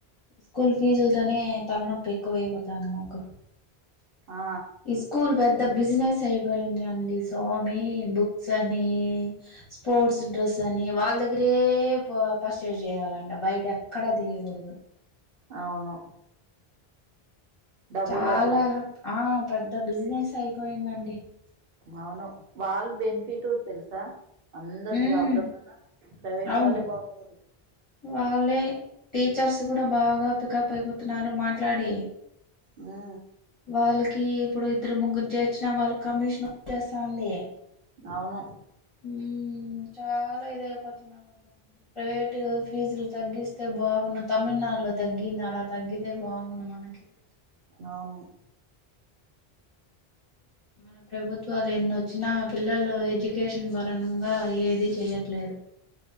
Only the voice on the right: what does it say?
ఆ
అవును డబ్బులు
కట్టాలి
అవును వాళ్లు బెనిఫిట్ ఉరు తెల్సా అందరు
జాబ్ లో కన్నా ప్రైవేట్
వాళ్ళే బాగూరు
ఆ
అవును
అవును